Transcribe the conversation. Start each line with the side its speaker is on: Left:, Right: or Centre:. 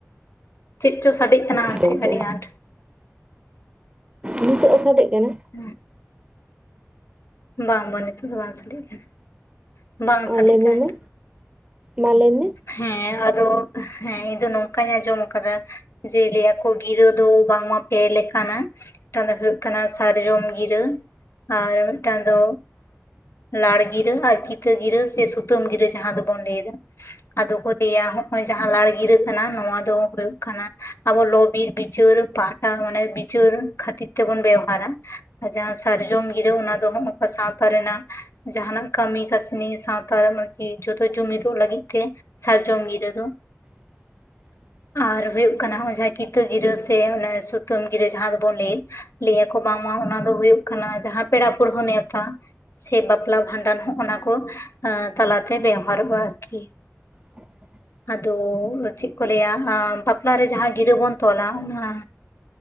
Left: ᱪᱮᱫ ᱪᱚ ᱥᱟᱰᱮᱜ ᱠᱟᱱᱟ ᱟᱢᱴᱷᱮᱡ
Right: ᱜᱚᱝᱠᱮ
Left: ᱟᱹᱰᱤ ᱟᱸᱴ
Right: ᱱᱤᱛᱚᱜ ᱦᱚᱸ ᱥᱟᱰᱮᱜ ᱠᱟᱱᱟ
Left: <inaudible> ᱵᱟᱝ ᱵᱟᱝ ᱱᱤᱛᱚᱜ ᱫᱚ ᱵᱟᱝ ᱥᱟᱰᱮᱜ ᱠᱟᱱᱟ ᱵᱟᱝ
Right: ᱚ
Left: ᱥᱟᱰᱮᱜ
Right: ᱞᱟᱹᱭ
Left: ᱠᱟᱱᱟ
Right: ᱢᱮ
Left: ᱱᱤᱛᱚᱜ
Right: ᱢᱟ
Left: ᱫᱚ
Right: ᱢᱟ ᱞᱟᱹᱭ ᱢᱮ
Left: ᱦᱮᱸ ᱟᱫᱚ ᱦᱮᱸ ᱤᱧ ᱫᱚ ᱱᱚᱝᱠᱟᱧ ᱟᱸᱡᱚᱢ ᱟᱠᱟᱫᱟ ᱡᱮ ᱞᱟᱹᱭᱟ ᱠᱚ ᱜᱤᱨᱟᱹ ᱫᱚ ᱵᱟᱝᱢᱟ ᱯᱮ ᱞᱮᱠᱟᱱᱟ ᱢᱤᱫᱴᱟᱝ ᱫᱚ ᱦᱳᱭᱳᱜ ᱠᱟᱱᱟ ᱥᱟᱨᱡᱚᱢ ᱜᱤᱨᱟᱹ ᱟᱨ ᱢᱤᱫᱴᱟᱝ ᱫᱚ ᱞᱟᱲ ᱜᱤᱨᱟᱹ ᱟᱨ ᱠᱤᱛᱟᱹ ᱜᱤᱨᱟᱹ ᱥᱮ ᱥᱩ ᱥᱩᱛᱟᱹᱢ ᱜᱤᱨᱟᱹ ᱡᱟᱦᱟᱸ ᱫᱚᱵᱚᱱ ᱞᱟᱹᱭ ᱮᱫᱟ ᱟᱫᱚ ᱠᱚ ᱞᱟᱹᱭᱟ ᱦᱚᱸᱜᱼᱚᱭ ᱡᱟᱦᱟᱸ ᱞᱟᱲ ᱜᱤᱨᱟᱹ ᱠᱟᱱᱟ ᱱᱚᱣᱟ ᱫᱚ ᱦᱩᱭᱩᱜ ᱠᱟᱱᱟ ᱟᱵᱚ ᱞᱚᱼᱵᱤᱨ ᱵᱤᱪᱟᱹᱨ ᱯᱟᱦᱴᱟ ᱢᱟᱱᱮ ᱵᱤᱪᱟᱹᱨ ᱠᱷᱟᱹᱛᱤᱨ ᱛᱮᱵᱚᱱ ᱵᱮᱣᱦᱟᱨᱟ ᱟᱨ ᱡᱟᱦᱟᱸ ᱥᱟᱨᱡᱚᱢ ᱜᱤᱨᱟᱹ ᱚᱱᱟ ᱫᱚ ᱦᱚᱸᱜ ᱚᱝᱠᱟ ᱥᱟᱶᱛᱟ ᱨᱮᱱᱟᱜ ᱡᱟᱦᱟᱱᱟᱜ ᱠᱟᱹᱢᱤ ᱠᱟᱹᱥᱱᱤ ᱥᱟᱶᱛᱟ <unintelligible> ᱡᱚᱛᱚ ᱡᱩᱢᱤᱫᱚᱜ ᱞᱟᱹᱜᱤᱫ ᱛᱮ ᱥᱟᱨᱡᱚᱢ ᱜᱤᱨᱟᱹ ᱫᱚ
Right: <inaudible>
Left: ᱟᱨ ᱦᱩᱭᱩᱜ ᱠᱟᱱᱟ ᱦᱚᱸᱜᱼᱚᱭ ᱡᱟᱦᱟᱸ ᱠᱤᱛᱟᱹ ᱜᱤᱨᱟᱹ ᱥᱮ ᱚᱱᱮ ᱥᱩᱛᱟᱹᱢ ᱜᱤᱨᱟᱹ ᱡᱟᱦᱟᱸ ᱫᱚᱵᱚᱱ ᱞᱟᱹᱭᱮᱫ ᱞᱟᱹᱭᱟ ᱠᱚ ᱵᱟᱝᱢᱟ ᱚᱱᱟ ᱫᱚ ᱦᱩᱭᱩᱜ ᱠᱟᱱᱟ ᱡᱟᱦᱟᱸ ᱯᱮᱲᱟ ᱯᱟᱹᱲᱦᱟᱹ ᱱᱮᱶᱛᱟ ᱥᱮ ᱵᱟᱯᱞᱟ ᱵᱷᱟᱸᱰᱟᱱ ᱦᱚᱸ ᱚᱱᱟᱠᱚ ᱛᱟᱞᱟᱛᱮ ᱵᱮᱣᱦᱟᱨᱚᱜᱼᱟ ᱟᱨᱠᱤ
Right: <inaudible>
Left: ᱟᱫᱚ ᱪᱮᱫ ᱠᱚ ᱞᱟᱹᱭᱟ ᱵᱟᱯᱞᱟᱨᱮ ᱡᱟᱦᱟᱸ ᱜᱤᱨᱟᱹ ᱵᱚᱱ ᱛᱚᱞᱟ ᱚᱱᱟ